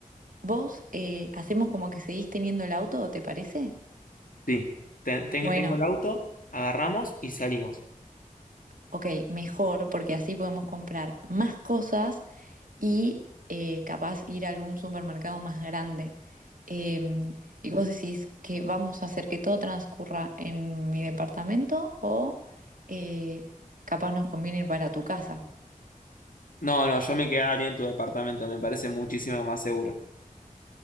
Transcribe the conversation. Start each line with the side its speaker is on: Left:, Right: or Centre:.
Right: ¿Vos eh, hacemos como que seguís teniendo el auto, te parece?
Left: Sí, ten- ten-
Right: Bueno,
Left: tengo el auto, agarramos y salimos.
Right: ok, mejor porque así podemos comprar más cosas y eh, capaz ir a algún supermercado más grande. Em, y vos decís que vamos a hacer que todo transcurra en mi departamento o eh, capaz nos conviene ir para tu casa.
Left: No, no, yo me quedaría en tu departamento, me parece muchísimo más seguro.